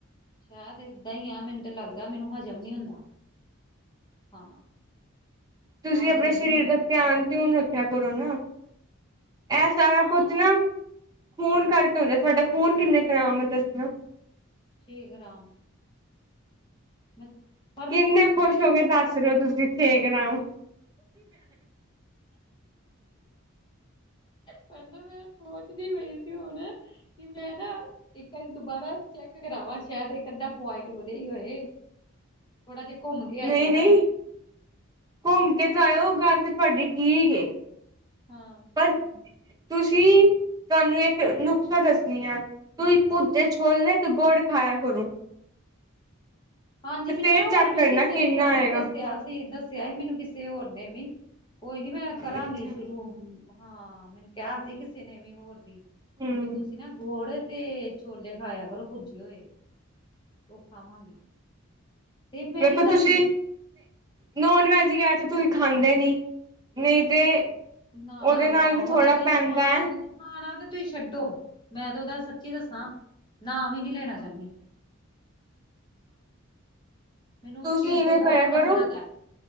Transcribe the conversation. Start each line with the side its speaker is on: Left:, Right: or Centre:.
Left: ਸ਼ਹਿ ਤੇ ਏਦਾਂ ਈ ਆ ਮੈਨੂੰ ਲੱਗਦਾ ਮੈਨੂੰ ਹਜ਼ਮ ਨੀ ਹੁੰਦਾ। ਖਾਣਾ
Right: ਤੁਸੀਂ
Left: ਖਾ
Right: ਆਪਣੇ
Left: ਤੇ ਲੈਂਨੀ
Right: ਸਰੀਰ
Left: ਆ ਮੈਂ।
Right: ਦਾ ਧਿਆਨ ਤਿਉਂਨ ਰੱਖਿਆ ਕਰੋ ਨਾ ਐ ਸਾਰਾ
Left: ਧਿਆਨ
Right: ਕੁਛ ਨਾ ਖੂਨ ਕਰਕੇ ਹੁੰਦਾ ਤੁਹਾਡਾ ਖੂਨ ਕਿੰਨੇ ਖਰਾਮ ਹੈ ਦੱਸਣਾ
Left: ਛੇ ਗਾਮ ਬਿਲ
Right: ਕਿੰਨੇ ਖੁਸ਼ ਹੋ ਕੇ ਦੱਸ ਰਹੇ ਹੋ ਤੁਸੀਂ ਠੇਕ ਰ ਹੋ
Left: ਪ ਨਾ ਮੈਂ ਸੋਚਦੀ ਪਈ ਸੀ ਹੁਣ ਕਿ ਮੈਂ ਨਾ ਇੱਕ ਵਾਰੀ ਦੁਬਾਰਾ ਚੈੱਕ ਕਰਾਵਾਂ ਸ਼ਾਇਦ ਇੱਕ ਅੱਧਾ ਪੁਆਇੰਟ ਵਧੇ ਹੀ ਹੋਏ ੋੜਾ ਜੇ ਘੁੰਮ ਕੇ ਆਈ
Right: ਨਹੀਂ
Left: ਹੈ ਨਾ
Right: ਨਹੀਂ ਘੁੰਮ ਕੇ ਜਾਇਓ ਗੱਲ ਤੇ ਤੁਹਾਡੀ ਠੀਕ
Left: ਹਾਂ
Right: ਪਰ ਤੁਸੀਂ ਤੁਹਾਨੂੰ ਇੱਕ ਨੁਕਸਾ ਦੱਸਣੀ ਆ ਤੁੂੰਂ ਪੁੂਤੇ ਛੋਲ ਲ ਤੂੰ ਗੋੜ ਖਾਇਆ ਕਰੂ
Left: ਹਾਂਜੀ
Right: ਫੇਰ
Left: ਮੈਨੂੰ ਨਾ ਹੋਰ
Right: ਚੈੱਕ
Left: ਵੀ
Right: ਕਰਨਾ
Left: ਕਿਸੇ
Right: ਕਿੰਨਾ
Left: ਨੇ
Right: ਆਏਗਾ
Left: ਦੱਸਿਆ ਤੇ ਦੱਸਿਆ ਹੀ ਮੈਨੂੰ ਕਿਸੇ ਹੋਰ ਨੇ ਵੀ ਕੋਈ ਨੀ ਮੈਂ ਕਰਾਂਗੀ
Right: ਅੱਛਾ
Left: ਸ਼ੁਰੂ ਹਾਂ ਮੈਨੂੰ ਕਿਹਾ ਸੀ ਕਿਸੇ ਨੇ ਵੀ ਹੋਰ ਵੀ
Right: ਹੂੰ
Left: ਵੀ ਤੁਸੀਂ ਨਾ ਗੋੜ ਤੇ ਛੋਲੇ ਖਾਇਆ ਕਰੋ ਪੁੱਜੇ ਹੋਏ ਉਹ ਖਾਵਾਂਗੀ ਤੇ ਮੇਰੀ
Right: ਮੇਖੋ
Left: ਤਾਂ
Right: ਤੁਸੀਂ ਨੋਨ ਵੈਜ ਗਿਆ ਤੇ ਤੁਸੀਂ ਖਾਂਦੇ ਨੀ ਨਹੀਂ ਤੇ
Left: ਨਾ
Right: ਉਹਦੇ
Left: ਨਾ ਨਾ
Right: ਨਾਲ ਵੀ
Left: ਉਹਦਾ
Right: ਥੋੜ੍ਹਾ
Left: ਤੇ
Right: ਪੈਂਦਾ
Left: ਖਾਣ
Right: ਹੈ
Left: ਖਾਣਾ ਤੇ ਤੁਸੀਂ ਛੱਡੋ ਮੈਂ ਤੇ ਉਹਦਾ ਸੱਚੀ ਦੱਸਾਂ ਨ ਹੀ ਨਹੀਂੀ ਲੈਣਾ ਚਾਹੁੰਦੀ ਮੈਨੂੰ ਉਸ
Right: ਤੁਸੀਂ
Left: ਚੀਜ਼
Right: ਇਵੇਂ
Left: ਤੋਂ
Right: ਕਰਿਆ
Left: ਬਹੁਤ
Right: ਕਰੋ
Left: ਨਫ਼ਰਤ ਹੈ